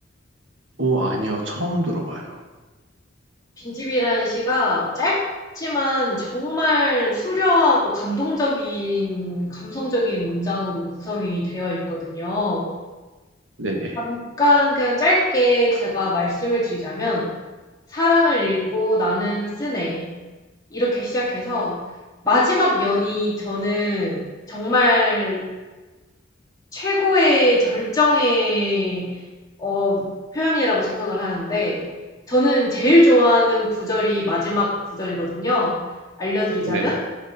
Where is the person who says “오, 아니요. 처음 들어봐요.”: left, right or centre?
Right